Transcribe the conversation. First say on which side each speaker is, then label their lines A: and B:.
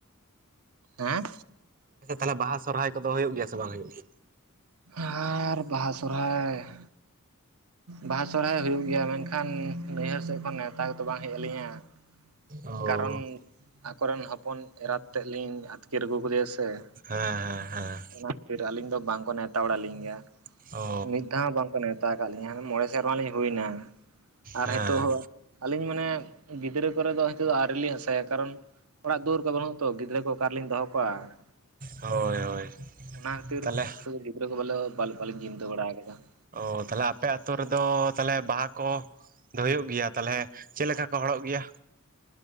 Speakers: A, on the right; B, on the right.
A: ᱦᱮᱸᱻ᱾
B: <unintelligible> ᱛᱟᱦᱚᱞᱮ, ᱵᱟᱦᱟ ᱥᱚᱨᱦᱟᱭ ᱠᱚ ᱫᱚ, ᱦᱩᱭᱩᱜ ᱜᱮᱭᱟ ᱥᱮ, ᱵᱟᱝᱟ ᱜᱮ?
A: ᱟᱻᱨᱻ, ᱵᱟᱦᱟ ᱥᱚᱨᱦᱟᱭ ᱾ ᱵᱟᱦᱟ ᱥᱚᱨᱦᱟᱭ ᱦᱩᱭᱩᱜ ᱜᱮᱭᱟ ᱾ ᱢᱮᱱᱠᱷᱟᱱ, ᱱᱟᱹᱭᱦᱟᱹᱨ ᱥᱮᱫ ᱠᱷᱚᱱ, ᱱᱮᱣᱛᱟ ᱠᱚᱫᱚ, ᱵᱟᱝ ᱦᱮᱡ ᱟᱞᱤᱧᱟ ᱾
B: ᱚ
A: ᱠᱟᱨᱚᱱ ᱟᱠᱚ ᱨᱮᱱ, ᱦᱚᱯᱚᱱ ᱮᱨᱟᱛ ᱛᱮᱫ ᱞᱤᱧ, ᱟᱹᱛᱠᱤᱨ ᱟᱹᱜᱩ, ᱟᱠᱟᱫᱮᱭᱟ ᱥᱮ ᱾
B: ᱦᱮᱸᱼᱦᱮᱸᱻ ᱾
A: ᱚᱱᱟ ᱠᱷᱟᱹᱛᱤᱨ ᱟᱹᱞᱤᱧ ᱫᱚ, ᱵᱟᱝᱠᱚ ᱱᱮᱣᱛᱟ ᱵᱟᱲᱟ ᱞᱤᱧ ᱜᱮᱭᱟ ᱾
B: ᱚ
A: ᱢᱤᱫ ᱫᱷᱟᱣ ᱦᱚᱸ ᱵᱟᱝᱠᱚ ᱱᱮᱣ ᱛᱟᱣ ᱟᱠᱟᱫ ᱞᱤᱧᱟ, ᱢᱚᱬᱮ ᱥᱮᱨᱢᱟ ᱞᱤᱧ ᱦᱩᱭᱮᱱᱟ, ᱟᱨ
B: ᱦᱮᱸ
A: ᱱᱤᱛᱚᱜ ᱦᱚᱸ ᱟᱹᱞᱤᱧ ᱢᱟᱱᱮ ᱜᱤᱫᱽᱨᱟᱹ ᱠᱚᱨᱮ ᱫᱚ, ᱦᱚᱭᱛᱳ ᱟᱹᱣᱨᱤ ᱞᱤᱧ ᱟᱥᱟᱭᱟ ᱾ ᱠᱟᱨᱚᱱ, ᱚᱲᱟᱜ ᱫᱩᱣᱟᱹᱨ ᱠᱚ ᱵᱟᱹᱱᱩᱜ ᱛᱚ, ᱜᱤᱫᱽᱨᱟᱹ ᱠᱚ ᱚᱠᱟ? ᱨᱤᱞᱤᱧ ᱫᱚᱦᱚ ᱠᱚᱣᱟ ᱾
B: ᱦᱳᱭ ᱦᱳᱭ
A: ᱚᱱᱟ ᱠᱷᱟᱹᱛᱤᱨ,
B: ᱛᱟᱦᱚᱞᱮ
A: ᱱᱤᱛᱚᱜ ᱜᱤᱫᱽᱨᱟᱹ ᱠᱚ, ᱵᱚᱞᱮ ᱵᱟᱞᱤᱧ ᱪᱤᱱᱛᱟᱹ ᱵᱟᱲᱟ ᱟᱠᱟᱫᱟ ᱾
B: ᱚᱼ ᱛᱟᱦᱞᱮ, ᱟᱯᱮ ᱟᱹᱛᱩ ᱨᱮᱫᱚ ᱛᱟᱦᱚᱞᱮ, ᱵᱟᱦᱟ ᱠᱚ ᱫᱚ ᱦᱩᱭᱩᱜ ᱜᱮᱭᱟ ᱾ ᱛᱟᱞᱦᱮ ᱪᱮᱫ ᱞᱮᱠᱟ ᱠᱚ ᱦᱚᱲᱚᱜ ᱜᱮᱭᱟ?